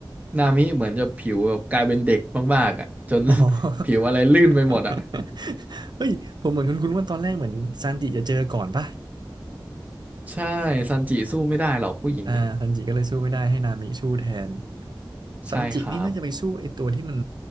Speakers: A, on the right; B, on the right.
A: นามิเหมือนจะผิวแบบกลายเป็นเด็กมากๆอ่ะจน
B: อ๋อ
A: <laughs> ผิวอะไรลื่นไปหมดอ่ะ
B: <laughs> เฮ้ยผมเหมือนคุณคุณว่าตอนแรกเหมือนซันจิจะเจอก่อนป่ะ
A: ใช่ซันจิสู้ไม่ได้หรอกผู้หญิงอ่ะ
B: อ่าซันจิก็เลยสู้ไม่ได้ให้นามิสู้แทน
A: ใช่ครับ
B: ซันจินี่น่าจะไปสู้ไอ้ตัวที่มัน